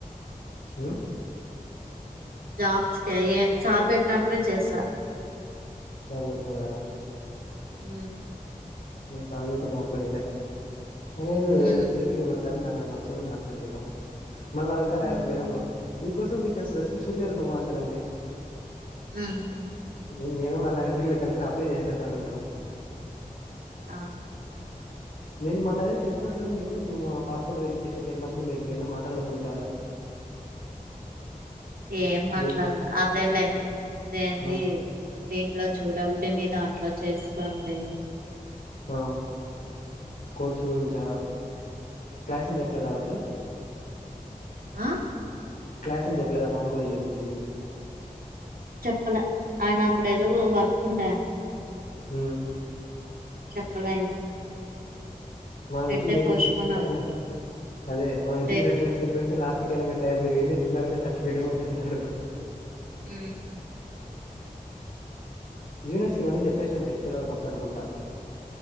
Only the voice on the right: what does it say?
జాబ్స్ క ఏ చార్ పెట్టినట్వే చేస్తా
అ
మ్మ్
మ్మ్
ఉహూ
ఆ
ఏ మాట్లాాలే
అదేలే ఏంటి
దీంట్లో చూడ ఉడి మీదాంట్లో చేసుకోండి
ఆ
చెప్పలే ఆయన అప్పుడ ఏదో వర్క్ ఉండాయండి
చెప్పలే
ఎట్టే
పోస్ట్
పోన్ అవుతుంది
రేపు
అ